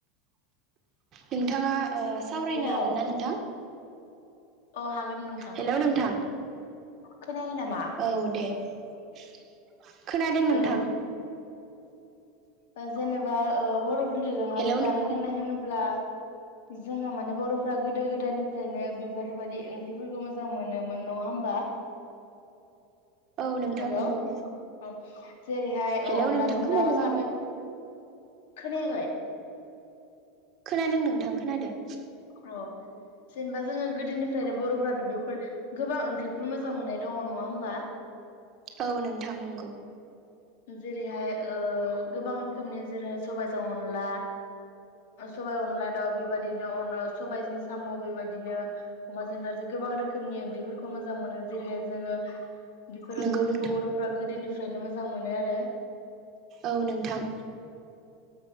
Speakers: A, on the right; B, on the left.
A: नोंथाङा ओ सावरायनो
B: हेल'
A: हागोन ना नोंथां?
B: अ हागोन नोंथां।
A: हेल' नोंथां
B: खोनायाखै नामा?
A: औ दे। <unintelligible> खोनादों नोंथां।
B: ओ बु ओ जेनेबा ओ बर' फोरनि जों आरो
A: हेलौ
B: जानाय
A: नोंथां
B: लोंनाय होनोब्ला जोंहा माने बर'फोरा गोदो गोदायनिफ्रायनो बिबार बायदि ओंख्रिफोरखौ मोजां मोनोमोन नङा होमबा?
A: औ नोंथां
B: हेल'
A: नंगौ
B: औ जेरैहाय
A: हेलौ
B: ओ अनलाजों
A: नोंथां खोनादों
B: दाउ साबि
A: आं
B: खोनायाखै?
A: खोनादों नोंथां खोनादों।
B: अ जेनबा जोङो गोदोनिफ्रायनो बर'फोरा बेफोर गोबां ओंख्रिफोर मोजां मोननाय दङ नङा होमबा?
A: औ नोंथां नोंगौ।
B: जेरैहाय ओ गोबां रोखोमनि जेरै सबायजो जों अनला सबाय अनला दव बेबादिनो अनो सबायजों साम' बेबादिनो अमाजों नार्जि गोबां रोखोमनि ओंख्रिफोर खौ मोजां मोनो जेरैहाय जोङो बेफोर
A: नंगौ
B: ओंख्रिफोरखौ
A: नोंथां
B: बर'फोरा गोदोनि <unintelligible> मोजां मोनो आरो।
A: औ नोंथां।